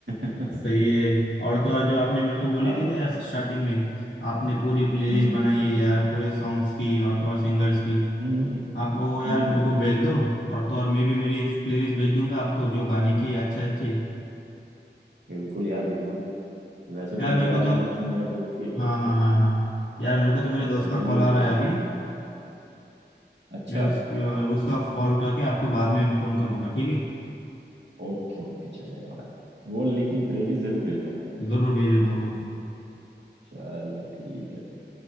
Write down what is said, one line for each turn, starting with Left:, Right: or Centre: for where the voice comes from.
Right: <laughs>
Left: सही है और तो और जो आपने मेरे को बोली
Right: अब
Left: थी ना यार स्टार्टिंग में आपने पूरी प्लेलिस्ट
Right: हम्म
Left: बनाई है यार पूरे सॉन्ग्स की और तो और सिंगर्स की
Right: हम्म हम्म हम्म,
Left: आप वो यार
Right: हम्म,
Left: मेरे को भेज दो और तो और मैं भी मेरी प्लेलिस्ट भेज दूंगा आपको जो गाने की है अच्छे अच्छे
Right: बिल्कुल यार बिल्कुल वैसे तो
Left: यार
Right: मेरा
Left: मेरे को
Right: अरिजीत
Left: तो
Right: सिंह मेरा दोस्त ही है
Left: हाँ हाँ हाँ हाँ यार मेरे को तो मेरे
Right: तो
Left: दोस्त
Right: उसी
Left: का कॉल
Right: की
Left: आ
Right: रिकॉर्डिंग
Left: रहा है अभी
Right: सुनते हैं। अच्छा
Left: मैं उस उसका कॉल उठा के आपको बाद में फोन करूंगा ठीक
Right: ओके ओके चलेगा भाई वो लेकिन प्लेलिस्ट जरूर भेज देना भाई
Left: है जरूर भेजूंगा ओके
Right: चलो ठीक है फिर